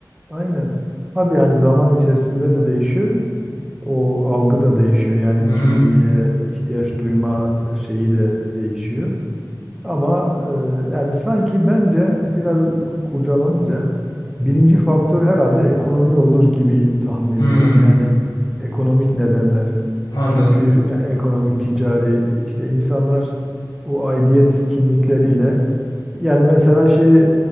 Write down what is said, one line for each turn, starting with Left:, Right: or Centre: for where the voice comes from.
Centre: aynen. Tabii yani zaman içerisinde de değişiyor. O algı da değişiyor. Yani
Left: Hmm,
Centre: kimliğe ihtiyaç duyma şeyi de değişiyor. Ama e, yani sanki bence biraz kurcalanınca birinci faktör herhalde ekonomi olur gibi tahmin ediyorum.
Left: hmm,
Centre: Yani ekonomik nedenler.
Left: anladım.
Centre: Çünkü e- ekonomik, ticari işte insanlar o aidiyet kimlikleriyle yani mesela şey e,